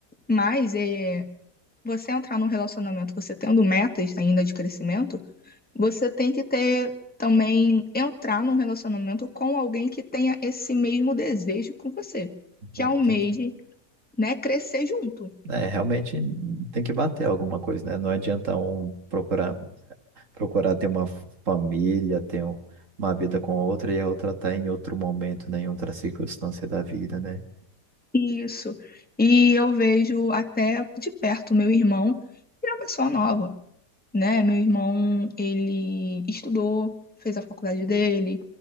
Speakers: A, in the centre; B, on the right.
A: Mas é, você entrar num relacionamento, você tendo metas ainda de crescimento, você tem que ter também entrar num relacionamento com alguém que tenha esse mesmo desejo com você, que
B: Não,
A: almeje,
B: entendi.
A: né, crescer junto.
B: É, realmente tem que bater alguma coisa, né? Não adianta um procurar, procurar ter uma família, ter um- uma vida com outra e a outra tá em outro momento, né? Em outra circunstância da vida, né?
A: Isso. E eu vejo até de perto meu irmão, que é uma pessoa nova. né? Meu irmão, ele estudou, fez a faculdade dele,